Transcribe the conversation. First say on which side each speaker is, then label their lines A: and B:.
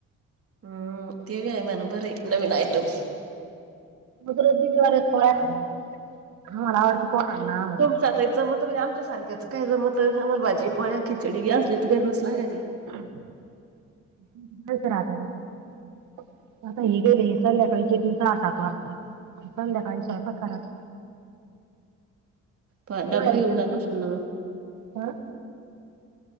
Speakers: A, on the right; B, on the right.
A: हम्म तेव आहे मला बर नवीन आयटम.
B: मग र बीज वार पोळ्या खायला मला आवडते. पोरांना आम्हाला
A: तुमचाच मत आमच्या सारखं त्याच काय जमतं आम्हाला भाजी पोळ्या खिचडी बी असली तर घच लाग
B: <unintelligible> आता
A: हम्म,
B: हे गेले संध्याकाळी तीन सहा सात वाजता. संध्याकाळीच ऐकात करायच.
A: प डब्बा
B: आहे
A: घेऊन
B: त्यांना
A: जात असल ना म.
B: हं?